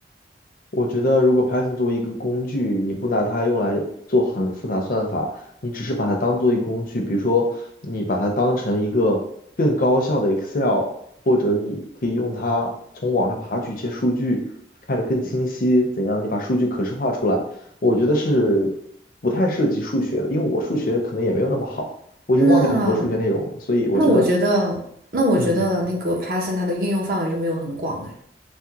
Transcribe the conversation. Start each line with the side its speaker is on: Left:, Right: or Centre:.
Left: 我觉得，如果 Python 作为一个工具，你不拿它用来做很复杂算法，你只是把它当做一个工具，比如说你把它当成一个更高效的 Excel，或者你可以用它从网上爬取一些数据，看着更清晰，怎样你把数据可视化出来，我觉得是不太涉及数学的，因为我数学可能也没有那么好，我已经忘掉很多数学内容了，
Right: 那
Left: 所以我觉得，
Right: 那我觉得，那我觉得那个
Left: 嗯，
Right: Python 它的应用范围就没有很广哎，